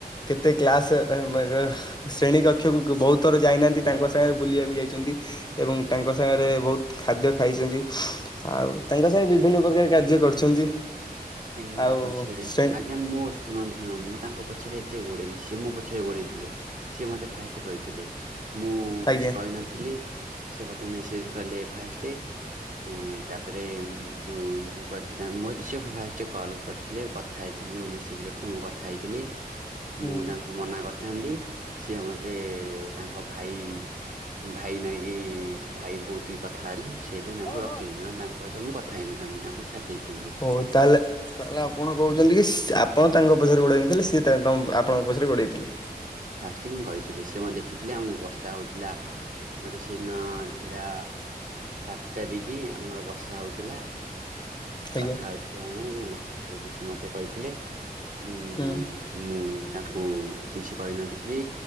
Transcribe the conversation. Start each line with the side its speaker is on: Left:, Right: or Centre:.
Left: କେତେ କ୍ଲାସ୍ ଅ ମଗ ଶ୍ରେଣୀ କକ୍ଷକୁ କୁ-ବହୁତ ଥର ଯାଇନାହାନ୍ତି ତାଙ୍କ ସାଙ୍ଗରେ ବୁଲିବାକୁ ଯାଇଚନ୍ତ ଏବଂ ତାଙ୍କ ସାଙ୍ଗରେ ବହୁତ ଖାଦ୍ୟ ଖାଇଚନ୍ତି। ଆଉ ତାଙ୍କ ସାଙ୍ଗରେ ବିଭିନ୍ନ ପ୍ରକାର କାର୍ଯ୍ୟ କରିଛନ୍ତି।
Right: ଆଜ୍ଞା ମୁଁ
Left: ଆଉ
Right: ତାଙ୍କ ପଛରେ।
Left: ଶ୍ରେଣୀ
Right: ଆଜ୍ଞା ମୋ ଶୁଣନ୍ତୁ ଶୁଣ ମୁଁ ତାଙ୍କ ପଛରେ ଏତେ ଗୋଡେନି ସେ ମୋ ପଛରେ ଗୋଡେଇ ଥିଲେ। ସିଏ ମୋତେ ଫାଷ୍ଟ କହିଥିଲେ। ମୁଁ
Left: ଆଜ୍ଞା
Right: କିଛି କହିନଥିଲି ସେ ମୋତେ ମେସେଜ୍ କଲେ ଫାଷ୍ଟେ ଏଁ, ତାପରେ ମୁଁ ସେଠୁ ମୁଁ କହିଥିଲି ତାଙ୍କ ମୋତେ ସିଏ ଫାଷ୍ ଟ- କଲ୍ କରିଥିଲେ। କଥା ହେଇଥିଲେ ଯୋଉ ମେସେଜ୍ କରିଥିଲେ ମୁଁ କଥା ହେଇଥିଲି।
Left: ହୁଁ
Right: ମୁଁ ତାଙ୍କୁ ମନା କର ଥାନ୍ତି। ସିଏ ମୋତେ ତାଙ୍କ ଭାଇ ଭାଇ ନାଇକି ସେ ଭାଇ ବହୁତ କି କଥା ହେଲେ ମୁଁ ସେଇ ପାଇଁ ତାଙ୍କୁ
Left: ହୁଁ।
Right: ରଖିଚି। ନହେନ ତାଙ୍କ ସହିତ ମୁଁ କଥା ହେଇନିି। ଥାନ୍ତି, ତାଙ୍କୁ ଛାଡି ଦେଇଥାନ୍ତି।
Left: ହଉ ତାହେଲେ ତାହେଲେ ଆପଣ କହୁଚନ୍ତି କି ଆପଣ ତାଙ୍କ ପଛରେ ଗୋଡେଇ ନଥିଲେ। ସିଏ ତେ ତମ ଆପଣଙ୍କ ପଛରେ ଗୋଡେଇଥିଲେ।
Right: ସି ହିଁ କହିଥିଲି ସେ ମୋତେ ଦେଖିଥିଲେ। ଆମ ବର୍ଷା ହଉଥିଲା ଗୋଟେ ସେଇଦିନ ଥିଲା ସାତ ତାରିକି ଆମର ବର୍ଷା ହଉଥୁଲା।
Left: ଆଜ୍ଞା
Right: କଥା ହଉଥିଲୁ ଆମେ ସେ ମତେ କହିଥିଲେ। ମୁଁ
Left: ହୁଁ
Right: ବି ମୁଁ ତାଙ୍କୁ କିଛି କହିନଥିଲି।